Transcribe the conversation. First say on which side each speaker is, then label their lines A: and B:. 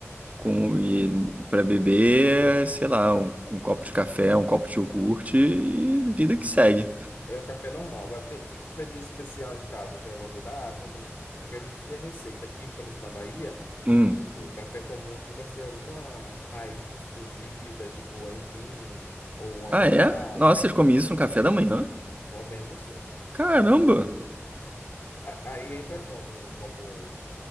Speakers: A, on the right (about 30°); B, on the left (about 60°).
A: com e para beber, é, sei lá, um, um copo de café, um copo de iogurte e vida que segue.
B: É o café normal. Agora, tem- se tiver dia especial em casa, tem alguma coisa. Ah, quando. Porque a gente tem receita aqui, por exemplo, na Bahia,
A: Hum.
B: vamos dizer, o café comum aqui vai ser alguma raiz cozida, tipo aipim, ou uma
A: Ah,
B: batata.
A: é? Nossa, vocês comem isso no café da manhã?
B: Comemos sim.
A: Caramba!
B: A- Aí entra como, em- como.